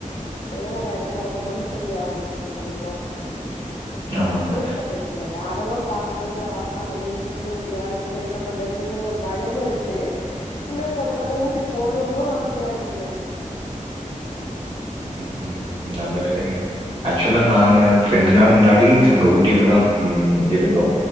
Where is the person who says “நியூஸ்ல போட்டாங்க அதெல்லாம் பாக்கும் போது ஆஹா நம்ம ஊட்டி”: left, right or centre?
Left